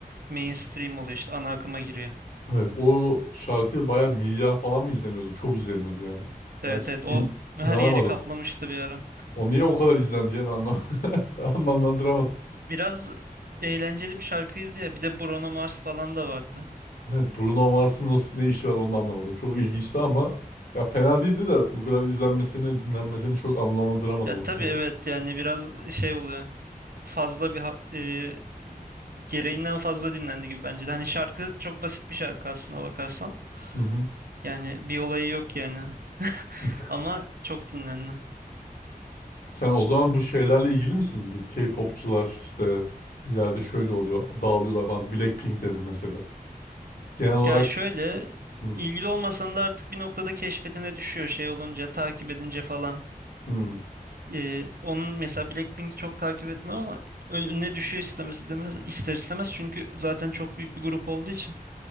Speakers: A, on the right; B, on the left.
A: mainstream oluyor işte ana akıma giriyor.
B: Evet o şarkı baya milyar falan mı izleniyordu? Çok izleniyordu yani.
A: Evet
B: Ben
A: evet
B: in-
A: o her
B: inanamadım.
A: yeri kaplamıştı bir ara.
B: O niye o kadar izlendi diye ben anlam <laughs> ben anlamlandıramadım.
A: Biraz eğlenceli bir şarkıydı ya. Bir de Bruno Mars falan da vardı.
B: Evet, Bruno Mars'ın nasıl ne işi var onu da anlamadım. Çok ilginçti ama ya fena değildi de bu kadar izlenmesini, dinlenmesini çok anlamlandıramadım
A: Ya
B: aslında.
A: tabii evet yani biraz şey oluyor. Fazla bir ha- e, gereğinden fazla dinlendi gibi bence de. Hani şarkı çok basit bir şarkı aslına bakarsan.
B: Hı hı.
A: Yani bir olayı yok yani. <laughs>
B: <laughs>
A: Ama çok dinlendi.
B: Sen o zaman bu şeylerle ilgili misin? Bu K-popçular işte ileride şöyle oluyor, dağılıyorlar falan. Blackpink dedim mesela. Genel olarak
A: Ya şöyle
B: hı
A: ilgili olmasan da artık bir noktada keşfetine düşüyor şey olunca takip edince falan.
B: hı
A: Ee, onun mesela Blackpink'i çok takip etmem ama ön- önüne düşüyor istemez istemez ister istemez çünkü zaten çok büyük bir grup olduğu için